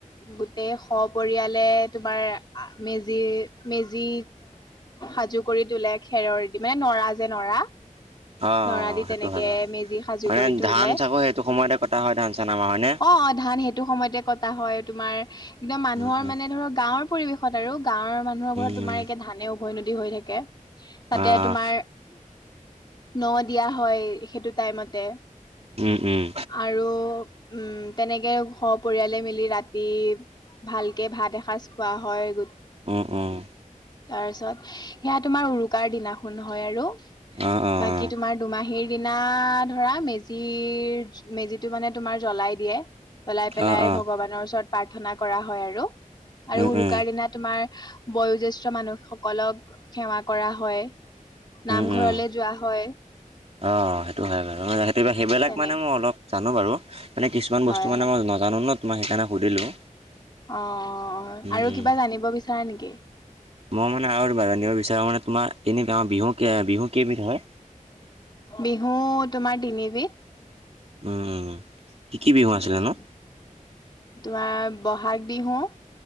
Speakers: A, on the left; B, on the right.
A: গোটেই সপৰিয়াল তোমাৰ মেজি মেজি সাজু কৰি তোলে খেৰৰ মানে নৰা যে নৰা
B: অ
A: নৰা দি
B: হেইটো
A: তেনেকে
B: হয় বাৰু
A: মেজি সাজু
B: মানে
A: কৰি তোলে
B: ধান চাকো সেইটো সময়তে কটা হয় ধান চান আমাৰ হয় নে
A: অ' ধান সেইটো সময়তে কটা হয়। তোমাৰ একদম মানুহৰ
B: উম উম
A: মানে ধৰ গাঁৱৰ পৰিৱেশত আৰু গাঁৱৰ মানুহৰ
B: উম
A: ঘৰত তোমাৰ এতিয়া ধানে অভৈ নটি হৈ থাকে তাতে
B: অ
A: তোমাৰ
B: অ
A: ন দিয়া হয় সেইটো টাইমতে
B: উম, উম,
A: আৰু উম, তেনেকে সপয়ালে মিলি ৰাতি ভালকে ভাত এসাঁজ খোৱা হয় গো
B: অ' অ'
A: তাৰপিছত সেয়া তোমাৰ উৰুকাৰ দিনাখন হয় আৰু
B: অ', অ',
A: বাকী
B: অ',
A: তোমাৰ দুমাহীৰ দিনা ধৰা মেজিৰ মেজিটো মানে তোমাৰ জ্বলাই দিয়ে। জলাই পেলাই
B: অ', অ',
A: ভগৱানৰ ওচৰত প্ৰাৰ্থনা কৰা হয় আৰু আৰু
B: উম,
A: উৰুকাৰ
B: উম,
A: দিনা তোমাৰ বয়োজ্যেষ্ঠ মানুহ সকলক সেৱা কৰা হয়, নামঘৰলে
B: উম, উম।
A: যোৱা হয়
B: অ' সেইটো হয় বাৰু সেইটো সেইবিলাক
A: তেনে
B: মানে মই অলপ জানো বাৰু মানে কিছু
A: হয়
B: বস্তু মানে
A: হয়
B: মই নাজানো ন তোই সেইকাৰণে সুধিলোঁ
A: অ'
B: উম,
A: আৰু
B: উম।
A: কিবা জানিব বিচাৰা নেকি?
B: মই মানে আৰু বনিব বিচাৰো মানে তোমাৰ এনে বিহু বিহু কেইবিধ হয়।
A: বিহু তোমাৰ তিনিবিধ।
B: উম, কি কি বিহু আছিলে
A: উম,
B: নো?
A: তোমাৰ বহাগ বিহু।